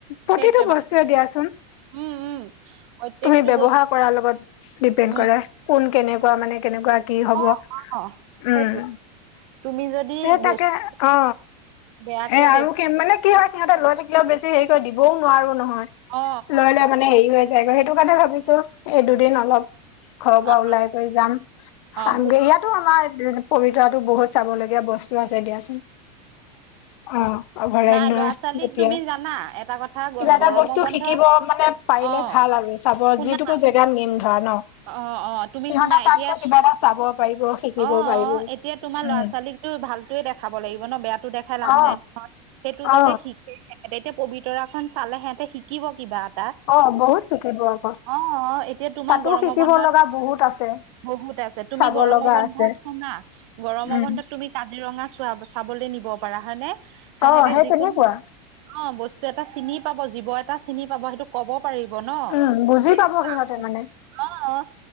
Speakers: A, on the left (about 55°); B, on the right (about 50°).
A: প্ৰতিটো
B: সেইটোৱে মান
A: বস্তুয়ে দিয়াচোন
B: উম উম প্ৰত্যেকটো
A: তুমি ব্যৱহাৰ
B: বস্তু
A: কৰাৰ লগত ডিপেণ্ড
B: উম
A: কৰে, কোন কেনেকুৱা মানে কেনেকুৱা কি হ'ব
B: অ
A: উম।
B: অ সেইটোৱে তুমি যদি
A: এ
B: বস্তু
A: তাকে অ
B: বেয়াকে
A: এ আৰু
B: ব্যৱহাৰ
A: কি মানে কি হয়। এই, সিহঁতে লৈ থাকিলেও, বেছি হেৰি কৰি দিবও নোৱাৰোঁ নহয়।
B: অ অ
A: লৈ লৈ মানে, হেৰি হৈ যায় ক'! সেইটো কাৰণে ভাবিছোঁ, এই, দুদিন অলপ ঘৰৰ
B: অ
A: পৰা ওলাই কৰি যাম, চামগে
B: অ ঘ
A: ইয়াত। এইতো আমাৰ, পবিতৰাটো বহুত চাবলগীয়া বস্তু আছে দিয়া। অ অভয়াৰণ্য
B: নাই ল'ৰা ছোৱালীক
A: যেতিয়া
B: তুমি জানা এটা কথা
A: কিবা
B: গম
A: এটা
B: গৰমৰ
A: বস্তু
B: বন্ধ
A: শিকিব মানে পাৰিলে
B: অ
A: ভাল আৰু চাব
B: শুনা
A: যিটোকো এতিয়া নিম ধৰা ন
B: অ অ তুমি
A: সিহঁতে
B: শুনা
A: তাত
B: এতিয়া
A: গৈ কিবা এটা চাব পাৰিব শিকিব
B: অ অ
A: পাৰিব উম
B: এতিয়া তোমাৰ ল'ৰা ছোৱালীকতো ভালটোৱে দেখাব লাগিব ন বেয়াটো দেখাই লাভ
A: অ
B: নাই নহয়। সেইটো
A: অ
B: যাতে, শিকে। সিহঁতে এতিয়া, পবিতৰা খন চালে, সিহঁতে শিকিব কিবা। তাত।
A: অ বহুত শিকিব আকৌ
B: অ'! অ'! এতিয়া, তোমাৰ
A: তাতো
B: গৰমত
A: শিকিব
B: বন্ধত,
A: লগা বহুত আছে
B: বহুত আছে। তুমি
A: চাব
B: গৰম
A: লগা
B: বন্ধত,
A: আছে।
B: শুনা! গৰমৰ
A: উম।
B: বন্ধত তুমি, কাজিৰঙা চোৱা, চাবলৈ নিব পাৰা? হয় নে! সেহেঁতে
A: অ সেই
B: যিকোন
A: তেনেকুৱা
B: অ'! বস্তু এটা চিনি পাব, জীৱ এটা চিনি পাব। সেইটো, ক'ব পাৰিব ন'!
A: উম বুজি
B: <unintelligible>
A: পাব সিহঁতে মানে।
B: অ'!